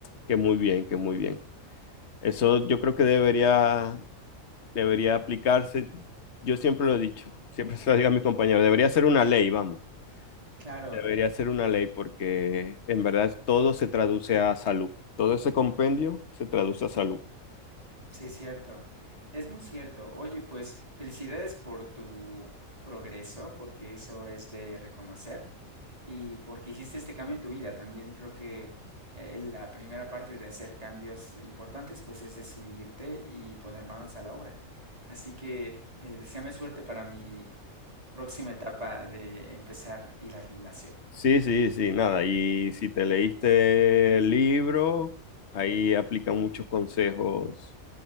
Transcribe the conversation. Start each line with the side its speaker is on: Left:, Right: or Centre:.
Left: que muy bien, que muy bien. Eso yo creo que debería Debería aplicarse, yo siempre lo he dicho, siempre se lo digo a mi compañero, debería ser una ley, vamos,
Right: claro.
Left: debería ser una ley porque en verdad todo se traduce a salud, todo ese compendio se traduce a salud.
Right: Sí, cierto. Es muy cierto. Oye, pues felicidades por tu progreso, porque eso es de reconocer y porque hiciste este cambio en tu vida. También creo que eh, la primera parte de hacer cambios importantes, pues es decidirte y poner manos a la obra. Así que eh, deséame suerte para mi próxima etapa de empezar a ir al gimnasio.
Left: Sí, sí, sí, nada, y si te leíste el libro, ahí aplica muchos consejos